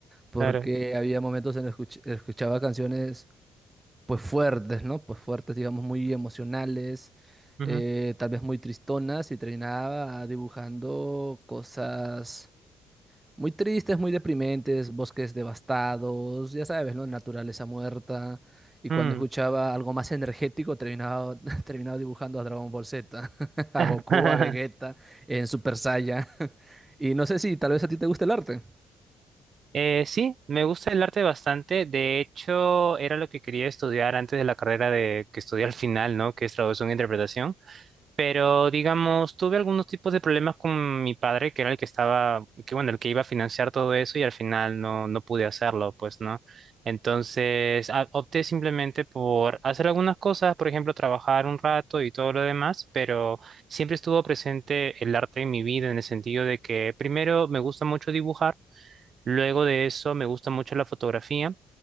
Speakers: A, on the right (about 20°); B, on the right (about 50°).
A: porque
B: claro.
A: había momentos en los que escuch- escuchaba canciones pues fuertes, ¿no? Pues fuertes, digamos, muy emocionales,
B: ujú,
A: eh, tal vez muy tristonas y terminaba dibujando cosas muy tristes, muy deprimentes, bosques devastados, ya sabes, ¿no? Naturaleza muerta. Y cuando
B: mm.
A: escuchaba algo más energético, terminaba, <laughs> terminaba dibujando a Dragon Ball Z, <laughs> a
B: <laughs>
A: Goku, a Vegeta, en Super Saiyan. <laughs> Y no sé si tal vez a ti te gusta el arte.
B: Eh, sí, me gusta el arte bastante. De hecho, era lo que quería estudiar antes de la carrera de que estudié al final, ¿no? Que es traducción e interpretación. Pero, digamos, tuve algunos tipos de problemas con mi padre, que era el que estaba, que bueno, el que iba a financiar todo eso y al final no, no pude hacerlo, pues, ¿no? Entonces, a- opté simplemente por hacer algunas cosas, por ejemplo, trabajar un rato y todo lo demás, pero siempre estuvo presente el arte en mi vida en el sentido de que primero me gusta mucho dibujar, luego de eso me gusta mucho la fotografía.